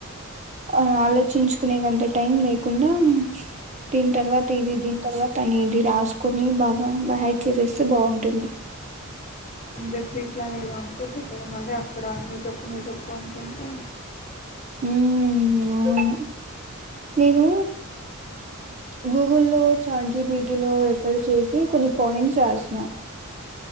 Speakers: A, on the right; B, on the left.
A: ఆ ఆలోచించుకునేకంత టైం లేదు లేకుండా తిని తర్వాత దిీ దీని తర్వాత అని ఇది రాసుకొని బాగా బై హైడ్ చేసేస్తే బాగుంటుంది
B: అే ఫీప్లా అనేలా ఉంటే బెటర్ మళ్ళీ అక్కడ నువ్వు చెప్పు నువ్వు చెప్పు అనుకుంటా
A: హు అవును నేను గూగుల్ లో చార్ట్ జిపిటీలో ఎఫర్ చేసి కొన్ని పాయింట్స్ రాసిన